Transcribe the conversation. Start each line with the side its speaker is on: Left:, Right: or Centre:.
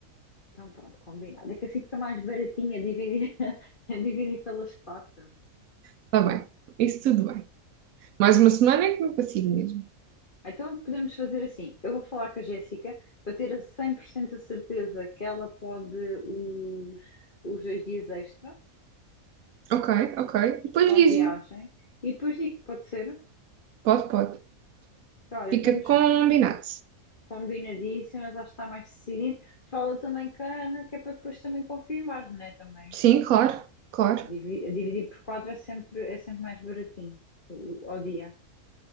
Left: Então, pronto, combinado. É que assim fica mais baratinho a dividir, <laughs> a dividir pelas quatro.
Right: Está bem. Isso tudo bem. Mais uma semana é que não consigo mesmo.
Left: Então, podemos fazer assim. Eu vou falar com a Jéssica para ter a 100% a certeza que ela pode os, os dois dias extra
Right: Ok, ok. Depois
Left: para
Right: dizem.
Left: a viagem. E depois digo, pode ser? Ok.
Right: Pode, pode.
Left: Então, Olha,
Right: Fica
Left: estamos
Right: combinado.
Left: combinadíssimas, acho que está mais decidido. Fala também com a Ana, que é para depois também confirmar, não é? Também.
Right: Sim, claro, claro.
Left: Divi- Dividir por quatro é sempre, é sempre mais baratinho o- ao dia.